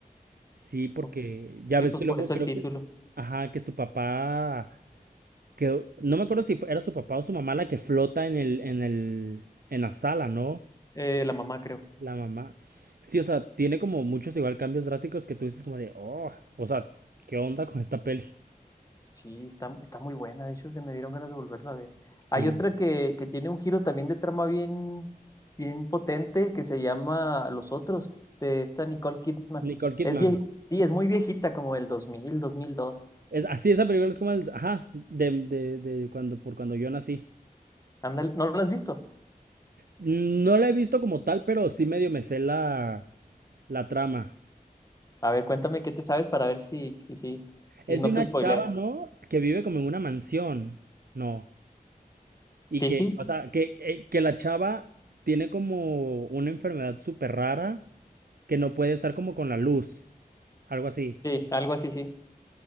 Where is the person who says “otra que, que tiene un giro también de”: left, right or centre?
Left